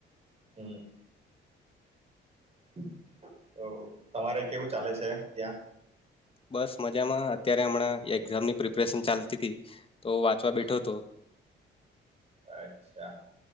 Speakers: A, on the right; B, on the left.
A: હમ <unintelligible> ઓહ તમારે કેવું ચાલે છે ત્યાં
B: બસ મજામાં અત્યારે હમણાં એક્ઝામની પ્રિપેરેશન ચાલતી હતી તો વાંચવા બેઠો હતો
A: અચ્છા